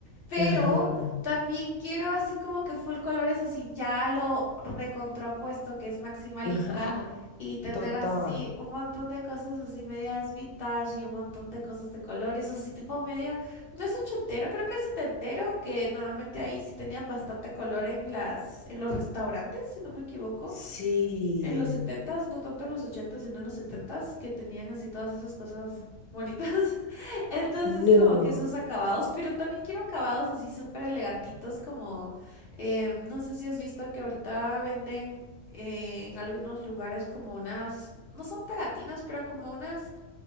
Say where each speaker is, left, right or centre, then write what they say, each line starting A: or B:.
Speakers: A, on the left; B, on the left.
A: pero
B: Ajá.
A: también quiero así como que full colores, así ya lo recontrapuesto, que es maximalista,
B: <laughs> Ajá,
A: y tener
B: Total.
A: así un montón de cosas así medias vintage y un montón de cosas de colores, así tipo medio. No es ochentero, creo que es setentero, que normalmente ahí sí tenían bastante color en las, en los restaurantes, si no me equivoco.
B: Sí.
A: En los setentas, no tanto en los ochentas, sino en los setentas, que tenían así todas esas cosas bonitas. <laughs> Entonces,
B: No.
A: como que esos acabados, pero también quiero acabados así súper elegantitos, como, eh, no sé si has visto que ahorita venden eh, en algunos lugares como unas, no son pegatinas, pero como unas